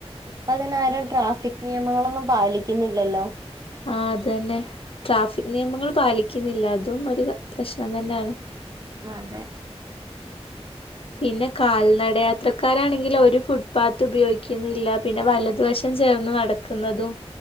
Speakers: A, on the right; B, on the left.
A: പതിനായിരം ട്രാഫിക് നിയമങ്ങളൊന്നും പാലിക്കിന്നില്ലല്ലോ
B: ആ അതെലേ ട്രാഫിക് നിയമങ്ങൾ പാലിക്കുന്നില്ല അ തും ഒരു പ്രശ്നം തന്നെയാണ്
A: അതെ
B: പിന്നെ കാൽന യാത്രക്കാരാണെങ്കില് ഒരു ഫു പാത്ത് ഉപയോഗിക്കുന്നില്ല പിന്നെ വലതു വശം ചേർന്ന് നടക്കുന്നതും